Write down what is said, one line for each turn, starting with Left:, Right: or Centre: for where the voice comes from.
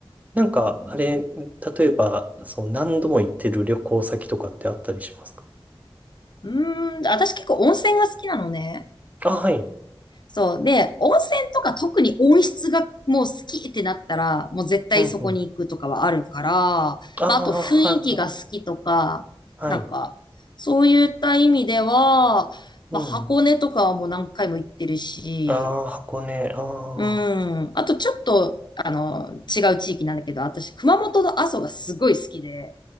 Right: なんか、あれ、例えば、その何度も行ってる旅行先とかってあったりしますか
Left: うーん、私結構温泉が好きなのね。
Right: あ、はい。
Left: そう。で、温泉とか特に温室がもう好きってなったら、もう絶対そこに行くとかはあるから、
Right: うん、うん。ああ、
Left: まあ、あと雰囲気が好きとか、
Right: はい、はい。
Left: なんか、そういった意味では、
Right: うん。
Left: まあ、箱根とかはもう何回も行ってるし、
Right: ああ、箱根、あ
Left: うん。あとちょっと、あの、違う地域なんだけど、私、熊本の阿蘇がすごい好きで、